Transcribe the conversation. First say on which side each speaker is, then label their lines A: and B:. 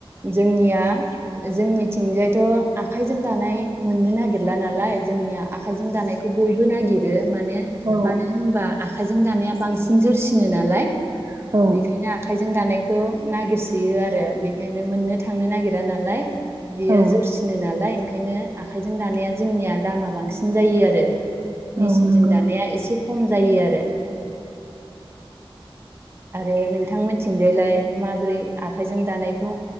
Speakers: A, on the right (about 25°); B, on the right (about 45°).
A: जोंनिया जोंनिथिंजायथ आखाइजों दानाय मोननो नागिरला नालाय जोंनिया आखाइजों दानायखौ बयबो नागिरो माने
B: औ
A: मानो होनबा आखायजों दानाया बांसिन जोरसिनो ना नालाय
B: औ
A: बेखायनो जों दानायखौ नायगिरसोयो आरो बेखायनो। मोननो थांनो नागिरा नालाय। बियो
B: औ
A: जोरसिनो नालाय ओंखायनो आखाइजों दानाया जोंनिया दामा बांसिन जायो आरो।
B: औ
A: मेसिनजों
B: नंगौ
A: दानाया एसे खम जायो आरो। आरो नोंथां मोनथिंजायलाय माबोरै आखायजों दानायखौ